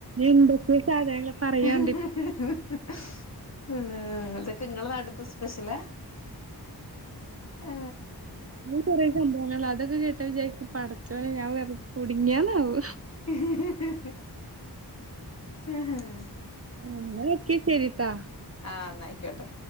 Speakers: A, on the right (about 35°); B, on the left (about 40°).
A: എന്തൊക്കെ സാധനങ്ങള് പറയാണ്ട്
B: <unintelligible> അ അതൊക്കെ ഇങ്ങള നാട്ടത്തെ സ്പെഷ്യലാ ആ
A: ഇ കൊറേ സംഭവങ്ങ അതൊക്കെ കേട്ട വിചാരിരിക്ക പടച്ചോനെ ഞാൻ വെറ കുടുങ്ങിയന്നാവു
B: ഹാ ഹാ ഹാ
A: മ് എനിക്കെ ശരിട്ടാ
B: ആ എന്നായിക്കോട്ടെ